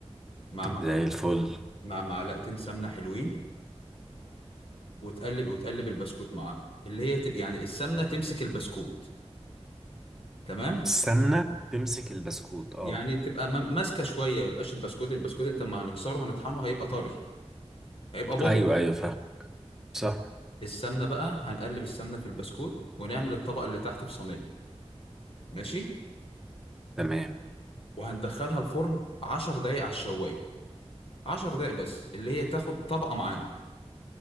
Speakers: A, on the left; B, in the centre.
A: مع مع
B: زي الفل
A: مع معلقتين سمنة حلوين وتقلب وتقلب البسكوت معاها اللي هي تبقى يعني السمنة تمسك البسكوت تمام
B: السمنه تمسك البسكوت اه
A: يعني تبقى م- ماسكة شوية ما يبقاش البسكوت البسكوت انت ما هنكسره هنطحنه هيبقى طري هيبقى بودر
B: ايوه ايوه فاهم صح
A: السمنة بقى هنقلب السمنة في البسكوت ونعمل الطبقة اللي تحت في صينية ماشي
B: تمام
A: وهندخلها الفرن 10 دقايق على الشواية 10 دقايق بس اللي هي تاخد طبقة معانا